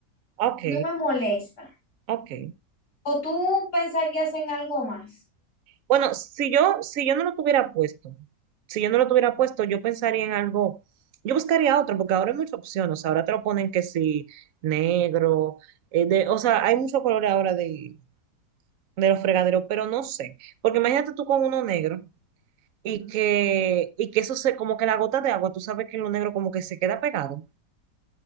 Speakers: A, on the right; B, on the left.
A: Ok,
B: No me molesta.
A: ok.
B: ¿O tú pensarías en algo más?
A: Bueno, si yo, si yo no lo tuviera puesto, si yo no lo tuviera puesto, yo pensaría en algo, yo buscaría otro, porque ahora hay muchas opciones, o sea, ahora te lo ponen que sí, negro, eh, de, o sea, hay muchos colores ahora de, de los fregaderos, pero no sé, porque imagínate tú con uno negro y que, y que eso se, como que la gota de agua, tú sabes que en lo negro como que se queda pegado,